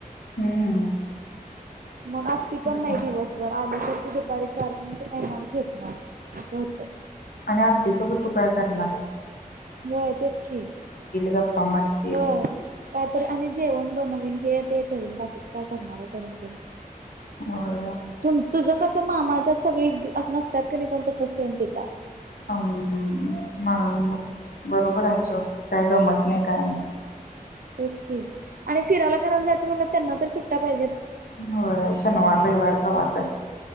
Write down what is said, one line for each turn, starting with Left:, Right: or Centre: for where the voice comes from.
Left: हम्म.
Right: मग आती पण
Left: तेच
Right: नाही
Left: की
Right: दिवसभर, आली तर ते दुपारी चार पर्यंत येणार झोपणार असं होतंय
Left: आणि आत्तीसोबत, तू काय करणार हाईस?
Right: होय तेच की,
Left: गप्पा मारशील
Right: होय काय तरी आणि जेवण ब नवीन, हे ते करीन बाकीच काय करणार आहे? करून करून
Left: होय.
Right: तुम तुझं कसं मामाच्यात सगळी नसत्यात कनि, तस सेम तिथ हाय.
Left: हा म मग बरोबर आहे सोड, म काय गमत नाही. नाही काय नाही?
Right: तेच की आणि फिरायला, करायला जायचं म्हणलं, त्यांना तर सुट्या पाहिजेत
Left: होय शनिवार, रविवार कवा तर